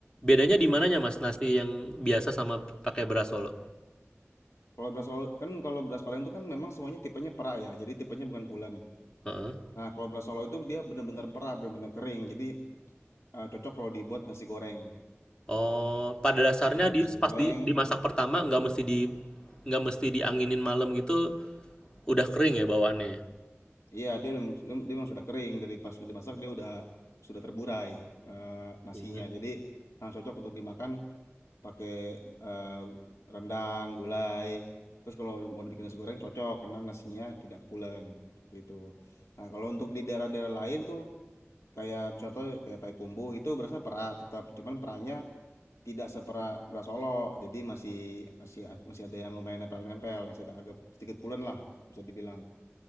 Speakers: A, on the left; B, on the left.
A: Bedanya di mananya, Mas? Nasi yang biasa sama pakai beras Solo.
B: Kalau beras Solo kan kalau beras Padang itu kan memang semuanya tipenya pera ya. Jadi tipenya bukan bulan.
A: Heeh.
B: Nah, kalau beras Solo itu dia benar-benar pera, benar-benar kering. Jadi eh, cocok kalau dibuat nasi goreng.
A: Oh, pada dasarnya
B: Cocok buat
A: di
B: nasi goreng.
A: pas di dimasak pertama nggak mesti di nggak mesti dianginin malam gitu, udah kering ya bawaannya. ya?
B: Iya, dia udah- dia dia memang sudah kering dari pas sudah dimasak dia udah sudah terburai eh, nasinya.
A: Mhm.
B: Jadi sangat cocok untuk dimakan pakai eh, rendang, gulai. Terus kalau mau dibikin nasi goreng cocok karena nasinya tidak pulen seperti itu. Nah, kalau untuk di daerah-daerah lain tuh kayak contoh kayak Payakumbuh itu berasa perak tetap, cuman perannya tidak seperak beras Solo. Jadi masih masih masih ada yang lumayan nempel-nempel, masih ada agak sedikit pulen lah bisa dibilang.